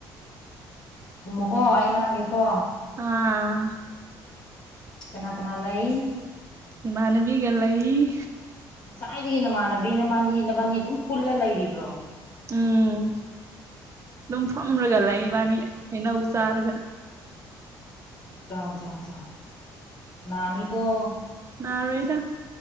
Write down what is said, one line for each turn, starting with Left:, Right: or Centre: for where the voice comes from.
Left: ꯈꯨꯝꯃꯨꯀꯣ ꯑꯩ ꯉꯥꯡꯒꯦꯀꯣ
Right: ꯑꯥ
Left: ꯀꯅꯥ ꯀꯅꯥ ꯂꯩ
Right: ꯏꯃꯟꯅꯕꯤꯒ ꯂꯩꯏ
Left: ꯉꯁꯥꯏꯗꯒꯤ ꯅꯃꯥꯟꯅꯕꯤ ꯅꯕꯥꯟꯅꯤ ꯅꯕꯥꯟꯅꯤ ꯑꯗꯨꯝ ꯄꯨꯜꯂꯒ ꯂꯩꯔꯤꯕ꯭ꯔꯣ
Right: ꯎꯝ ꯑꯗꯨꯝ ꯐꯝꯔꯒ ꯂꯩꯏ ꯏꯕꯥꯅꯤ ꯍꯩꯅꯧ ꯆꯥꯔꯒ
Left: ꯥꯆꯥꯎ ꯆꯥꯎ ꯆꯥꯎ ꯅꯥꯅꯤ ꯀꫭ
Right: ꯅꯥꯔꯣꯏꯗ